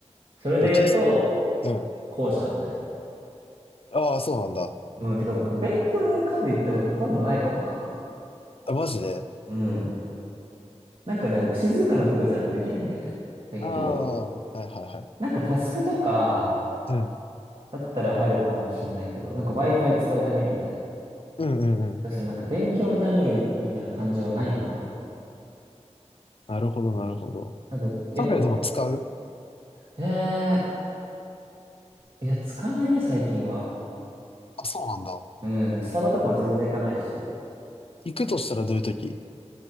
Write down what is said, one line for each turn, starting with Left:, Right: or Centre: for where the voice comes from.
Right: それで言うと、
Left: どっちですかうん。
Right: 後者だね。
Left: ああ、そうなんだ。
Right: うん、てか僕勉強でカフェ行ったことほとんどないかもな。
Left: あ、マジで
Right: うん。なんかね、僕静かなとこじゃないとできないんだよね。勉強は。
Left: ああ、はいはいはい。
Right: なんかタスクとか
Left: うん。
Right: だったら入るかもしれないけど、なんか Wi-Fi 使うためにみたいな。
Left: うんうんうん。
Right: だそのなんか勉強のためにみたいな感じはないな。
Left: なるほどなるほど。
Right: うんなんかやっぱ、
Left: カフェでも使う
Right: へえー、いや、使わないね、最近は。
Left: あ、そうなんだ。
Right: うん、なんかスタバとかも全然行かないし。
Left: 行くとしたらどういう時